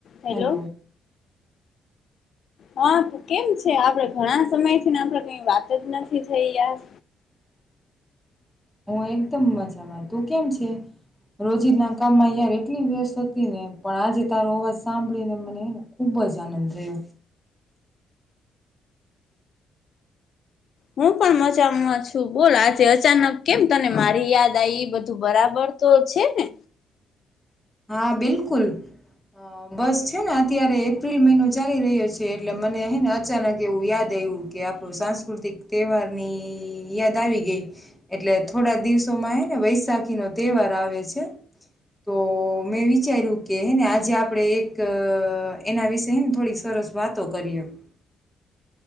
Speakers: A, on the left; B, in the centre.
A: Hello
B: hello.
A: હા કેમ છે, આપડે ઘણા સમય થીને આપણેે કઈ વાત જ નથી થઈ યાર
B: <unintelligible> <inaudible> હું એકદમ મજામાં તું કેમ છે. રોજી ના કામમાં યાર એટલી વ્યસ્ત હતી, ને પણ આજે તારો અવાજ સાંભળીને મને ખુબ ખુબ જ આનંદ થયો.
A: હું પણ મજામાં છું, બોલ આજે અચાનક કેમ તને મારી યાદ આવી એ બધું બરાબર તો છે ને
B: હું. હા બિલકુલ. હ બસ છે ને અત્યારે એપ્રિલ મહિનો ચાલી રહ્યો છે, એટલે મને હ ને અચાનક એવું યાદ આવ્યું. આપણું સાંસ્કૃતિક તહેવાર ની યાદ આવી ગઈ એટલે થોડા દિવસોમાં ને વૈશાખી નો તહેવાર આવે છે, તો મેં વિચાર્યું કે હેને આજે આપડે એક એના વિશેને થોડીક સરસ વાતો કરીયે <unintelligible> <inaudible>